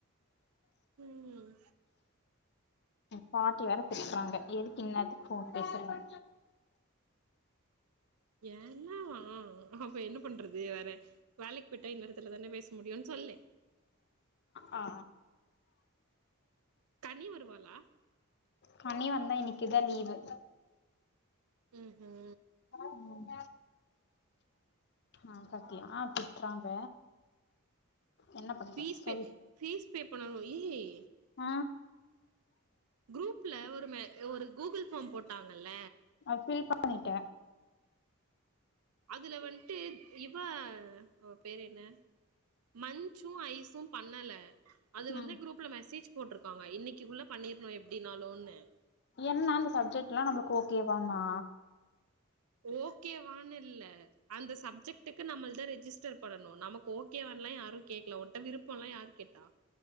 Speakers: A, on the right; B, on the left.
A: ம்
B: பாட்டி வேற திட்றாங்க எதுக்கு இன்னேத்துக்கு ஃபோன் பேசுறன்னு
A: என்னவா அப்ப என்ன பண்றது வேற வேலைக்கு போய்ட்டா இன்ன நேரத்துல தான பேச முடியுன் சொல்லு
B: அ ஆ
A: கனி வருவாளா
B: கனி வந்தா இன்னைக்குதா லீவு
A: ம்ஹு ம்
B: ம் அ பாக்லா அ திட்றாங்க என்ன பண்றது
A: பீஸ்
B: சொல்லு
A: பே பீஸ் பே பண்ணணு ஏய்
B: அ
A: குரூப்ல ஒரு ஒரு கூகுள் ஃபார்ம் போட்டாங்கல
B: அத ஃபில் பண்ணிட்ட
A: அதுல வந்ட்டு இவ அவ பேரு என்ன மஞ்ச்சு ஐஸு பண்ணல அது
B: ம்
A: வந்து குரூப்ல மெசேஜ் போட்ருக்காங்க இன்னைக்குள்ள பண்ணிடணு எப்டின்னாலுன்னு
B: என்னான் இந்த சப்ஜெக்ட்ல்லா நம்மளுக்கு ஓகேதானா
A: ஓகே வானுல்ல அந்த சப்ஜெக்டுக்கு நம்மள்த ரெஜிஸ்டர் பண்ணணு நமக்கு ஓகேவாலா யாரு கேக்கல உன்ட்ட விருப்பலா யாரு கேட்டா